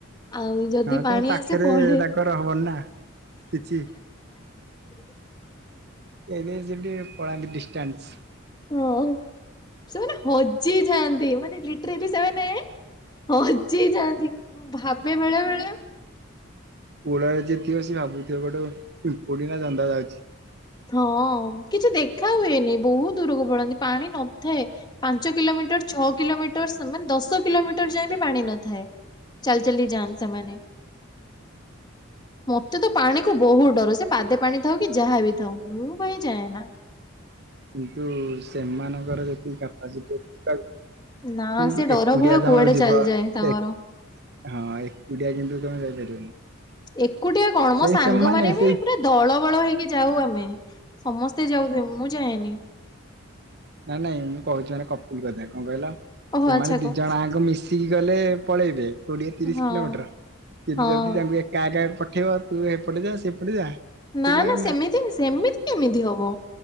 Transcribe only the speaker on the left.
ଆଉ ଯଦି
ପାଣି
ଆସେ ପଳେ
ହଁ ସେମାନେ ହଜି ଯାଆନ୍ତି ମାନେ ଲିଟରାଲି ସେମାନେ ହଜି ଯାଆନ୍ତି ମୁଁ ଭାବେ ବେଳେ ବେଳେ
ହଁ କିଛି ଦେଖା ହୁଏନି ବହୁତ ଦୂରକୁ ପଳନ୍ତି ପାଣି ନଥାଏ। ପାଞ୍ଚ କିଲୋମିଟର ଛଅ କିଲୋମିଟର ସମାନେ ଦଶ କିଲୋମିଟର ଯାଏ ବି ପାଣି ନଥାଏ। ଚାଲ ଚାଲି ଯାଆନ୍ତି ସେମାନେ। ମତେ ତ ପାଣି କୁ ବହୁତ ଡର ସେ ପାଦେ ପାଣି ଥାଉ କି ଯାହା ବିି ଥାଉ ମୁଁ ଭାଇ ଯାଏନା।
ନା
ସେ ଡର
ଭୟ
କୁଆଡେ
ଚାଲିଯାଏ ତାଙ୍କର।
ଏକୁଟିଆ କଣ
ମୋ ସାଙ୍ଗ
ମାନ
ବି ପୁରା ଦଳ ବଳ ହେଇକି ଯାଉ ଆମେ ସମସ୍ତେ ଯାଉ ଥିବେ ମୁଁ ଯାଏନି।
ଓହୋ
ଆଚ୍ଛା
କହ
ହଁ।
ହଁ
ନା
ନା ସେମିତି ସେମିତି କେମିତି ହବ।